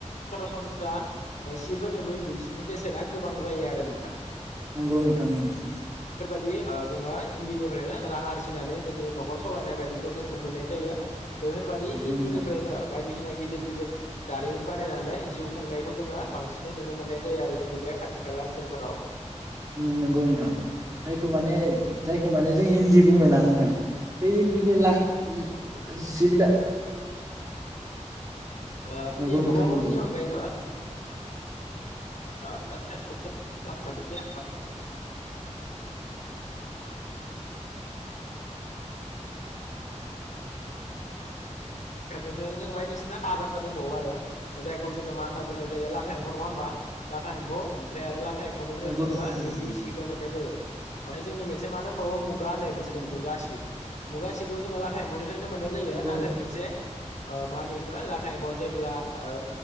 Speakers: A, on the left (about 75°); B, on the right (about 25°).
A: सरासनस्रा ओ सिफोरनिख्रुइ बिसिनि बेसेना गोबां जायो आरो नोंथां।
B: नोंगौ नोंथां नोंगौ।
A: नि ओ जोङो इन्दिनिफ्रायनो रां आरजिनानै जोंनि नखर सलायनाय बायदिखौ जों नुनो मोननाय जायो। बेफोरबादि
B: नंगौ
A: इन्दिनिफ्रायनो
B: नोंथां
A: बायदिसिना गिदिर- गिदिर दारिमिन बानायनानै जिउ खुंनाय खौ जोङो बांसिनै नुनो मोननाय जायो आरो जोंनि बे खाथि खाला ओनसोलफोराव।
B: उम नोंगौ नोंथां जायखौ माने जायखौ माने जों इन्दि बुङोना नोंथां बे इन्दिनि लाख इ जि बिला
A: ओ
B: नंगौ
A: इन्दि एम्फौ
B: नोंथां
A: खौ
B: नंगौ
A: नि अनगायैबो <unintelligible> बेनिफ्रायनो जों बायदिसिना आद बाथ्रा दंबावो आरो जायखौ जोङो मा होनना बुंनाय जायो लाथा एम्फौ नङा होमबा? लाथा एम्फौ ओमफ्राय आरो ला थां एम्फौनिफ्राय
B: नंगौ
A: जोङो
B: नोंथां नंगौ
A: इन्दि बिखौ मोननाय जायो ओमफ्राय जोंनि मोनसे मा दंबावो गा होननाय मोनसे
B: नंगौ
A: दङ मुगा सि मुगा सिखौ जोङो लाथा एम्फौनिफ्रायनो मोननाय जायो
B: नंगौ
A: नाथाय
B: नोंथां
A: मोनसे ओ मा होनो बेखौ लाथा एम्फौया जेब्ला ओ